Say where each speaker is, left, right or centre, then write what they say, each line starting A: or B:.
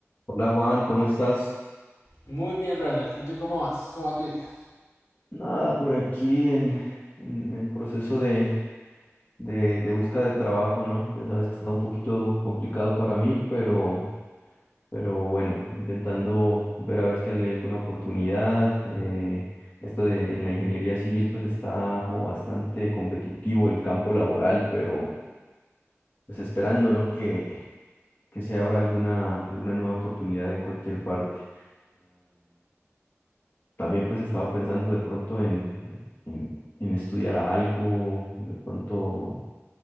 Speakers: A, on the left; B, on the left.
A: Hola Juan, ¿cómo estás?
B: Muy bien, Ronald. ¿Y tú cómo vas? ¿Cómo va tu día?
A: Nada, por aquí en, en- en el proceso de, de, de búsqueda de trabajo, ¿no? Ya sabes que está un poquito complicado para mí, pero, pero bueno, intentando ver a ver si hay alguna oportunidad. eh, esto de, en la ingeniería civil pues está como bastante competitivo el campo laboral, pero pues esperando, ¿no? Que, que se abra alguna, alguna nueva oportunidad en cualquier parte. También pues estaba pensando de pronto en, en, en estudiar algo, de pronto,